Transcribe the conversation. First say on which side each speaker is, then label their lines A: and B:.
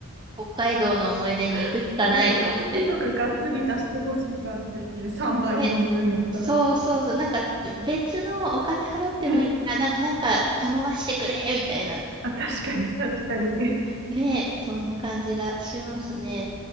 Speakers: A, on the right; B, on the right.
A: 北海道の思い出に行くしかないと思って。
B: <laughs> なんかもう肉とかがっつり出してほしい感じですね。3杯飲むんばいの分やったら。
A: ね、そうそうそう、なんか別のお金払ってもいいな、
B: ね。
A: な、なんか頼ましてくれみたいな、
B: あ、確かに、確かに。
A: ね、そんな感じがしますね。